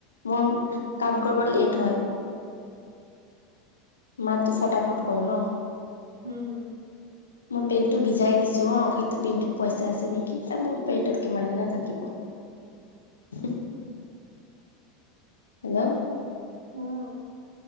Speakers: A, on the left; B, on the right.
A: মোৰ
B: উম
A: কাম কৰিব দিলে লেট হয়। মাটো ফটাফট কৰে নহ।
B: উম।
A: মোৰ পেন টো ভিজাই দিছোঁ অ কিন্তু পেণ্টত পইচা আছে নেকি মোৰ পেইণ্টত কিমান <unintelligible> থাকিব। <inaudible> হেল্ল'।
B: উম,